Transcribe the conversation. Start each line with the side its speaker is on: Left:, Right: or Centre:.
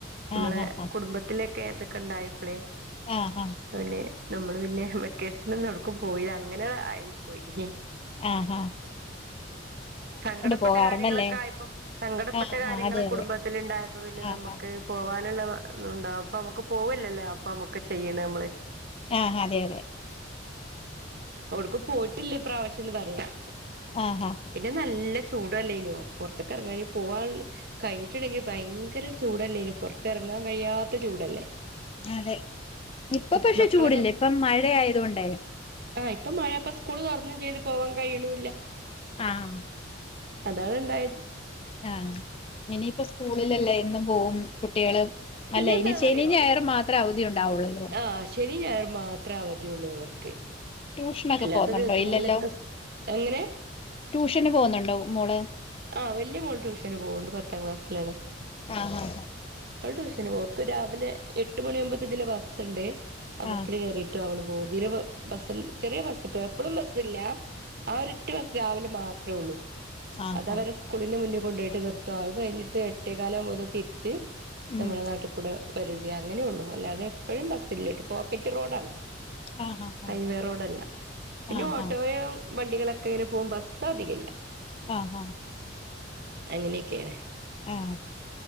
Right: അമ്മളെ
Left: ആഹ് ആഹ്
Right: കുടുംബത്തിലൊക്കെ ഇതൊക്കെ ഇണ്ടായപ്പളെ
Left: ആഹ് ആഹ്
Right: പിന്നെ നമ്മള് പിന്നെ വെക്കേഷനൊന്നും എവ്ടക്കും പോയില്ല അങ്ങനെ ആയി പോയി
Left: ആഹാ
Right: സങ്കടപ്പെട്ട
Left: പോകാറുണ്ടല്ലേ
Right: കാര്യങ്ങളൊക്കെ ആയപ്പോ സങ്കടപ്പെട്ട
Left: ആഹ്
Right: കാര്യങ്ങളൊക്കെ
Left: ആഹ് അതെ
Right: കുടുംബത്തിലിണ്ടായപ്പോ
Left: അതെ
Right: പിന്നെ
Left: ആഹ്
Right: നമ്മക്ക്
Left: ആഹ്
Right: പോവാനുള്ള ഉണ്ടാവും അപ്പൊ അമ്മക്ക് പോവല്ലല്ലേ അപ്പൊ അമ്മക്ക് ചെയ്യണ് അമ്മള്
Left: ആഹ് അതെ അതെ
Right: എവിട്ക്കു പോയിട്ടില്ല ഇപ്രാവശ്യംന്ന് പറയാം
Left: ആഹാ
Right: നല്ല ചൂടല്ലേനോ പുറത്തൊക്കെ ഇറങ്ങാ പോവാണ് കഴിഞ്ഞിട്ട്ണ്ടെങ്കിൽ ഭയങ്കര ചൂടല്ലേ ഇനി പൊർതെർങ്ങാൻ കഴിയാത്ത ചൂടല്ലേ
Left: അതെ ഇപ്പ
Right: കു
Left: പക്ഷെ
Right: മക്കളൊക്കെ
Left: ചൂടില്ല ഇപ്പം മഴ ആയത് കൊണ്ടേ
Right: ആഹ് ഇപ്പ മഴപ്പ സ്കൂൾ തൊർന്നും ചെയ്ത് പോവാൻ കഴിയിണൂല്ല
Left: ആഹ്
Right: അതാണിണ്ടായത്
Left: ആഹ് ഇനിയിപ്പ സ്കൂളിലല്ലേ ഇന്ന് പോവും കുട്ടികള്
Right: പിന്നെ
Left: അല്ല
Right: എന്താന്നറിയോ
Left: ഇനി ശനിയും ഞായറും മാത്രേ അവധി ഉണ്ടാവുള്ളല്ലോ
Right: ആഹ് ശനി ഞായറും മാത്രം അവധിയുള്ളൂ അവർക്ക്
Left: ട്യൂഷനൊക്കെ
Right: അല്ലാത്ത
Left: പോന്നുണ്ടോ
Right: ദിവസങ്ങളിലൊക്കെ
Left: ഇല്ലല്ലോ
Right: എങ്ങനെ
Left: ട്യൂഷന് പോവുന്നുണ്ടോ മോള്
Right: ആഹ് വല്യ മോൾ ട്യൂഷന് പോവ്ണ്ട് പത്താം ക്ലാസ്സിലാണ്
Left: ആഹ് ഹഹ
Right: അവള് ട്യൂഷൻ പോക്ക് രാവിലെ എട്ട് മണിയവുമ്പോത്തതില ബസ്സ്ണ്ട് ആ ബസ്സില്
Left: ആഹ്
Right: കേറി ട്ട അവള് പോവും ഇതിലെ ബസ് ചെറിയ ബസ്ട്ടോ എപ്പളും ബസ് ഇല്ല ആഹ് ഒരു റ്റു ബ സ് രാവിലെ മാത്രമേ ഉള്ളൂ
Left: ആഹ്
Right: അത്
Left: ആഹ്
Right: അവരെ
Left: ആഹ്
Right: സ്കൂളിന്റെ മുന്നിൽ കൊണ്ടോയിട്ട് നിർത്തുംത് കഴിഞ്ഞിട്ട് എട്ടേ കാല് ആവുമ്പംതിരിച്ച്
Left: ഉം
Right: നമ്മളെ നാട്ടിൽ കൂടെ വര അങ്ങനെയ ഉള്ളൂ അല്ലാതെ എപ്പോഴും ബസ്സില്ലപോക്കറ്റ് റോഡാണ്
Left: ആഹ് ആഹ്
Right: ഹൈവേ റോഡല്ല പിന്നെ
Left: ആഹ്
Right: ഓട്ടോയും
Left: ആഹ്
Right: വണ്ടികളൊക്കെ ങ്ങനെ പോകും ബസ് അധികല്ല
Left: ആഹ് ആഹ്
Right: അങ്ങനെയൊക്കെയാണ്
Left: ആഹ്